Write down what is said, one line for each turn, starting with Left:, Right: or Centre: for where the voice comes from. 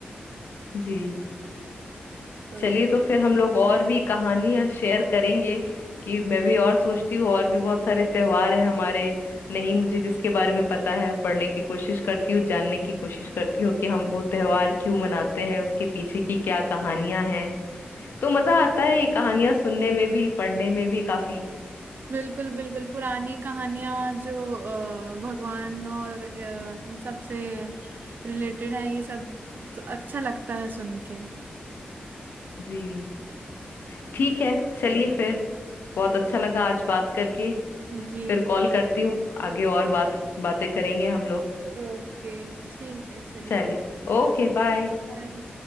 Left: जी
Right: तो
Left: चलिए तो फिर हम लोग और भी कहानियां शेयर करेंगे कि मैं भी और सोचती हूँ और भी बहुत सारे त्योहार हैं हमारे नहीं मुझे जिसके बारे में पता है पढ़ने की कोशिश करती हूँ जानने की कोशिश करती हूँ कि हम वो त्योहार क्यों मनाते हैं उसके पीछे की क्या कहानियां हैं तो मजा आता है ये कहानियां सुनने में भी पढ़ने में भी काफी
Right: बिल्कुल बिल्कुल पुरानी कहानियां जो अ, भगवान और अ, इन सब से रिलेटेड है ये सब तो अच्छा लगता है सुन के
Left: जी ठीक है चलिए फिर बहुत अच्छा लगा आज बात करके
Right: जी
Left: फिर
Right: बिल-
Left: कॉल करती हूँ आगे और बात बातें करेंगे हम लोग
Right: ओके ठीक है चलिए
Left: चलिए ओके बाय
Right: बाय